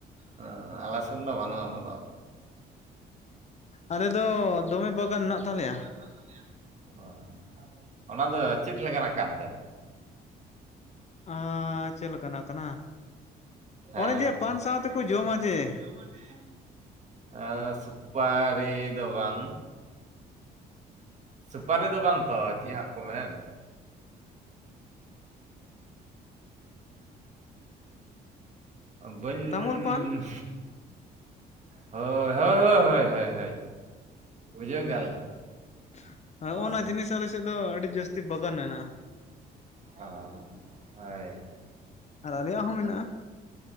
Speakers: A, on the right (about 45°); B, on the left (about 40°).
A: ᱦᱸ ᱟᱞᱥᱚᱱ ᱫᱚ ᱵᱟᱹᱱᱩ ᱟ ᱚᱱᱟ ᱫᱚ
B: ᱟᱞᱮ ᱫᱚ ᱫᱚᱢᱮ ᱵᱟᱜᱟᱱ ᱢᱮᱱᱟᱜ ᱛᱟᱞᱮᱭᱟᱹ
A: ᱢᱮᱱᱟᱜ ᱛᱟᱞᱮᱭᱟ ᱚ ᱚᱱᱟ ᱫᱚ ᱪᱮᱫ ᱞᱮᱠᱟᱱᱟᱜ ᱠᱟᱱᱛᱮ
B: ᱟᱨ ᱪᱮᱫᱮ ᱞᱮᱠᱟᱱᱟᱜ ᱠᱟᱱᱟ ᱚᱱᱮ
A: ᱮᱸ
B: ᱡᱮ
A: <unintelligible>
B: ᱯᱟᱱ ᱥᱟᱶ ᱛᱮᱠᱚ ᱡᱚᱢᱟ ᱡᱮ
A: ᱟ ᱥᱩᱯᱟᱨᱤ ᱫᱚ ᱵᱟᱝ ᱥᱩᱯᱟᱨᱤ ᱫᱚ ᱵᱟᱝ ᱛᱚ ᱪᱮᱫ ᱦᱟᱸᱜ ᱠᱚ ᱢᱮᱱ ᱵᱟᱹᱧ
B: ᱛᱟᱢᱩᱞ ᱯᱟᱱ
A: ᱦᱳᱭ ᱦᱳᱭ ᱵᱩᱡᱷᱟᱹᱣ ᱠᱮᱜᱼᱟ
B: ᱦ
A: ᱞᱤᱧ
B: ᱦᱚᱜᱼᱚ
A: ᱚ
B: ᱱᱟ ᱡᱤᱱᱤᱥ ᱟᱞᱮ ᱥᱮᱫ ᱫᱚ ᱟᱹᱰᱤ ᱡᱟᱹᱥᱛᱤ ᱵᱟᱜᱟᱱ ᱦᱮᱱᱟᱜᱼᱟ
A: ᱚ ᱦᱳᱭ
B: ᱟᱨ ᱟᱞᱮᱭᱟᱜ ᱦᱚᱸ ᱢᱮᱱᱟᱜᱼᱟ